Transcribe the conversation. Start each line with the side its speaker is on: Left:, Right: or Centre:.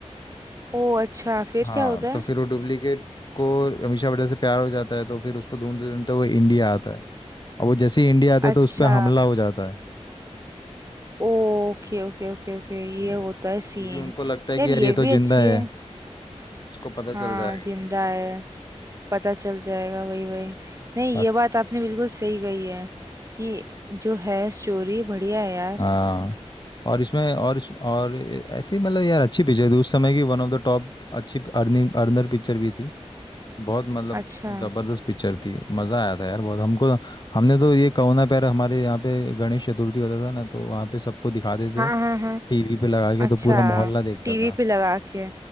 Right: ओ अच्छा फिर
Left: हाँ
Right: क्या होता
Left: तो
Right: है
Left: फिर वो डुप्लीकेट को अमीषा बड़े से प्यार हो जाता है तो फिर उसको ढूंढते ढूंढते वो इंडिया आता है अब वो जैसे ही इंडिया आता है
Right: अच्छा
Left: तो उस पर हमला हो जाता है
Right: ओके ओके ओके ओके ये
Left: हम्म,
Right: होता है सीन
Left: क्योंकि उनको लगता है
Right: यार
Left: कि
Right: ये
Left: यार ये तो
Right: भी
Left: जिंदा
Right: अच्छी
Left: है
Right: है
Left: इसको पता
Right: हाँ
Left: चल जाएगा
Right: जिंदा है पता चल जाएगा वही वही नहीं
Left: अ-
Right: ये बात आपने बिल्कुल सही कही है कि जो है स्टोरी बढ़िया है यार
Left: हाँ और इसमें और इस और ऐसे ही मतलब यार अच्छी पिक्चर थी उस समय की वन ऑफ द टॉप अच्छी अर्निंग अर्नर पिक्चर भी थी बहुत मतलब
Right: अच्छा
Left: ज़बरदस्त पिक्चर थी मज़ा आया था यार बहुत हमको हमने तो ये कहो ना प्यार हमारे यहाँ पे गणेश चतुर्थी होता था ना तो वहाँ पे सबको दिखा देते
Right: हाँ हाँ हाँ
Left: टीवी पे लगा के
Right: अच्छा
Left: तो पूरा मोहल्ला देखता
Right: टीवी
Left: था
Right: पे लगा के